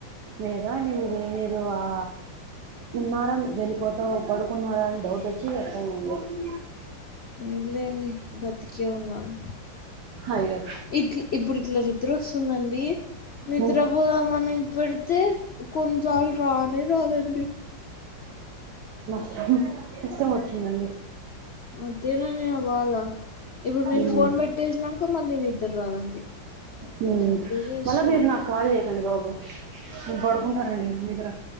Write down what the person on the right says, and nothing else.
లేదొ అండి మీరు మీరు ఆ ఉన్నారా వెళ్ళిపోత పడుకున్నారా అనీ డౌట్ వచ్చి వెతికాము అండి
అయ్యో
మీ
<unintelligible> హుమ్ ఇష్టం వచ్చిందండి
మ్మ్.
మ్
మళ్ళా మీరు
నాకు కాల్ చేయకండి బాబు మ్మ్ పడుకుంటారండి మిగర